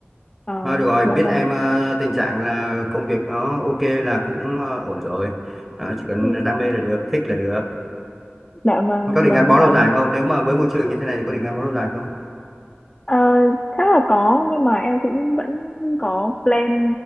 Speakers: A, on the left; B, in the centre.
A: Ờ,
B: Thôi được rồi,
A: dạ
B: biết
A: vâng
B: em ờ, tình trạng là công việc nó ok là cũng ờ, ổn rồi. Ờ, chỉ cần
A: Ừ,
B: đam mê là được, thích là được.
A: dạ vâng
B: Có định
A: vâng
B: gắn bó
A: cảm
B: lâu dài
A: ơn
B: không? Nếu mà với môi trường như thế này thì có định gắn bó lâu dài không?
A: Ờ, chắc là có nhưng mà em cũng vẫn có plan